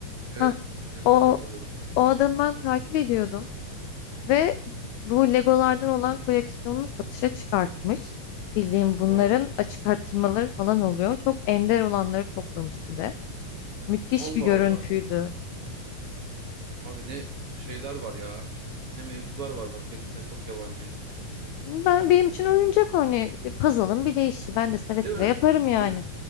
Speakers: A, on the left; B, on the right.
A: Ha,
B: Evet. Zıplaya zıplaya
A: o
B: çalıyordu.
A: o adamı ben takip ediyordum.
B: Hı
A: Ve
B: hı.
A: bu Legolardan olan koleksiyonunu satışa çıkartmış. Bildiğim bunların
B: Aa,
A: açık artırmaları falan oluyor. Çok ender olanları toplamış bir de. Müthiş
B: Allah
A: bir görüntüydü.
B: Allah. Abi ne şeyler var ya. Ne mevzular var bak. Hepsine çok yabancıyız.
A: Ben benim için oyuncak o hani puzzle'ın bir değişi. Ben de seve seve
B: Değil mi?
A: yaparım yani.
B: Çö-